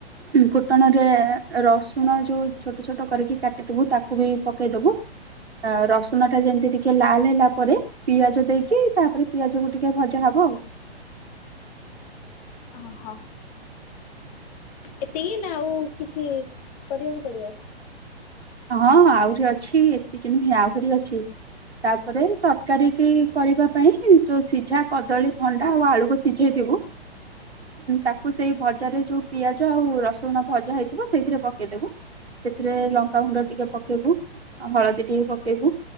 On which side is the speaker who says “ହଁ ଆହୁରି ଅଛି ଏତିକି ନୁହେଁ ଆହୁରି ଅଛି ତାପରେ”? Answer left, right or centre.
Right